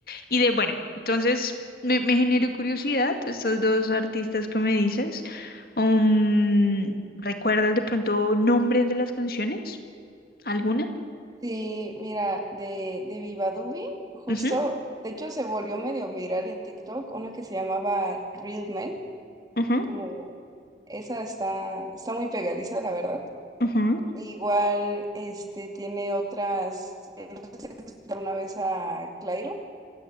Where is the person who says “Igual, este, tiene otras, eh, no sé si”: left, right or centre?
Right